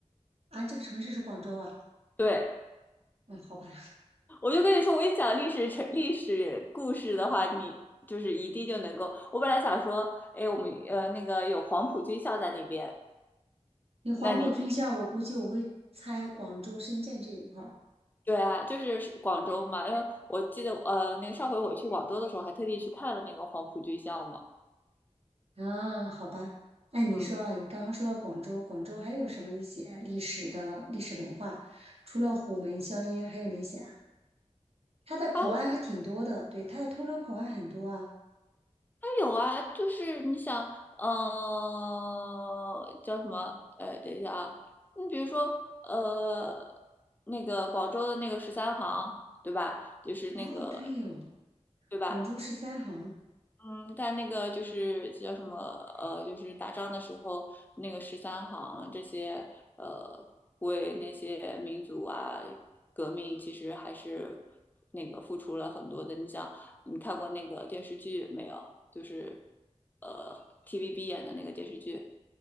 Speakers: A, on the right; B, on the left.
A: 啊，这个城市是广州啊？
B: 对，
A: 嗯，好吧。
B: 我就跟你说，我一讲历史成历史故事的话，你就是一定就能够。我本来想说，哎，我们呃那个有黄埔军校在那边，
A: 你黄埔军校，
B: 那你
A: 我估计我会猜广州、深圳这一块儿
B: 对啊，就是是广州嘛，因为我记得呃，那个上回我去广州的时候，还特地去看了那个黄埔军校嘛。
A: 啊。好吧，那你说啊，
B: 嗯，
A: 你刚刚说到广州，广州还有什么一些历史的历史文化？除了虎门销烟，还有哪些啊？它的口岸还挺多的，
B: 还还
A: 对，它的通商口岸很多啊。
B: 有啊，就是你想，呃，叫什么？呃，等一下啊，你比如说呃，那个广州的那个十三行，对吧？就是那个，
A: 哦，对哦，
B: 对吧？
A: 广州十三行，
B: 嗯，但那个就是叫什么呃，就是打仗的时候，那个十三行这些呃，为那些民族啊革命，其实还是那个付出了很多的。你想，你看过那个电视剧没有？就是呃 TVB 演的那个电视剧，